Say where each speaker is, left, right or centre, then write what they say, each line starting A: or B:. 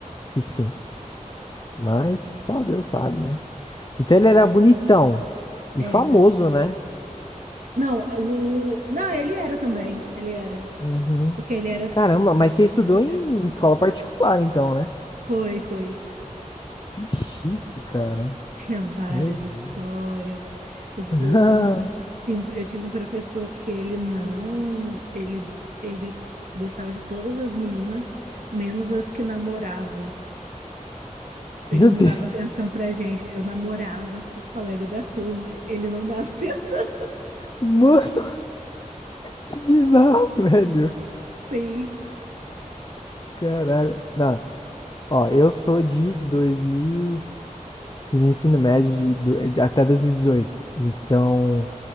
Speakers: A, on the left; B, on the right.
A: que sim. Mas só Deus sabe, né? Então ele era bonitão e
B: Era.
A: famoso, né?
B: Não, é, o. Não, ele era também. Ele era.
A: Uhum.
B: Porque ele era
A: Caramba,
B: treinador
A: mas você estudou
B: de basquete.
A: em
B: Então.
A: escola particular, então, né?
B: Foi, foi.
A: Que chique, cara.
B: Tinha várias
A: Meu Deus.
B: histórias. O, o,
A: <laughs>
B: o- tinha um- Eu tive um professor que ele não. Ele, ele gostava de todas as meninas, menos as que namoravam. Ele
A: Meu
B: não
A: Deus.
B: dava atenção pra gente. Eu namorava com o colega da turma. Ele não dava <laughs> atenção.
A: Mano. Que bizarro, <laughs> velho.
B: Sim.
A: Caralho. Não, ó, eu sou de 2000, fiz o ensino médio de, do- de- até 2018. Então,